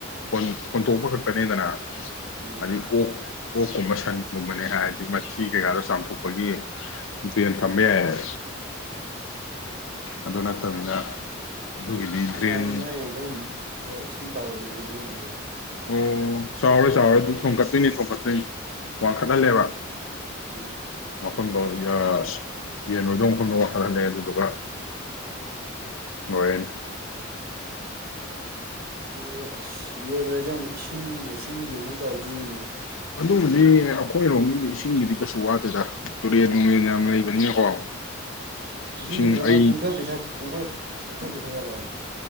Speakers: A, on the left (about 70°); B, on the right (about 50°).
A: ꯍꯣꯟ ꯍꯣꯟꯇꯣꯛꯄ ꯈꯛꯇꯅꯦꯗꯅ꯫
B: ꯎꯝ
A: ꯑꯗꯤ ꯀꯣ ꯑꯣꯛꯀꯨꯝꯕ ꯁꯟꯒꯨꯝꯕꯅꯦ ꯍꯥꯏꯔꯗꯤ ꯃꯊꯤ ꯀꯩꯀꯥꯗꯣ ꯆꯥꯝꯊꯣꯛ ꯈꯣꯏꯒꯤꯄꯦꯟ ꯊꯝꯕ ꯌꯥꯏ ꯑꯗꯨ ꯅꯠꯇꯕꯅꯤꯅ ꯑꯗꯨꯒꯤꯗꯤ
B: ꯑꯩ
A: ꯗ꯭ꯔꯦꯟ
B: ꯍꯥꯏ ꯅꯣꯏ ꯑꯗꯨꯝ ꯈꯔ ꯏꯁꯤꯡ ꯆꯥꯎꯒꯟꯂꯤꯗꯅ ꯅꯣꯏ ꯔꯣꯝꯗꯤ
A: ꯎ ꯆꯥꯎꯔꯣꯏ ꯆꯥꯎꯔꯣꯏ ꯑꯗꯨ
B: ꯎꯝ
A: ꯊꯣꯡꯒꯠꯇꯣꯏꯅꯦ ꯊꯣꯡꯒꯠ ꯀꯩ ꯋꯥꯡꯈꯠ ꯍꯜꯂꯦꯕ
B: ꯎꯝ
A: ꯃꯐꯝꯗꯣ ꯌꯁ ꯌꯦꯟ ꯂꯣꯏꯗꯧ ꯃꯐꯝꯗꯣ ꯋꯥꯡꯈꯠ ꯍꯜꯂꯦ ꯑꯗꯨꯗꯨꯒ ꯂꯣꯏꯔꯅꯤ
B: ꯑꯗꯨꯗꯤ ꯌꯦꯟ ꯂꯣꯏꯔꯗꯤ ꯑꯃꯨꯛ ꯏꯁꯤꯡ ꯃꯥꯏꯁꯤꯡꯒꯤ ꯑꯃꯨꯛ ꯇꯧꯗꯣꯏꯅꯤꯅꯦ
A: ꯗꯨꯕꯨꯗꯤ ꯑꯩꯈꯣꯏꯔꯣꯝꯒꯤꯗꯤ ꯏꯁꯤꯡꯒꯤꯗꯤ ꯀꯩꯁꯨ ꯋꯥꯗꯦꯗ ꯇꯨꯔꯦꯟ ꯅꯨꯡꯂꯦꯟ ꯌꯥꯝ ꯂꯩꯕꯅꯤꯅꯀꯣ
B: ꯏꯁꯤꯡꯗꯨ
A: ꯏꯁꯤꯡ ꯑꯩ
B: ꯃꯣꯏ ꯄꯨꯡꯊꯛ ꯄꯤꯊꯛ ꯄꯨꯊꯛ ꯄꯤꯊꯛꯌꯥꯗ ꯍꯥ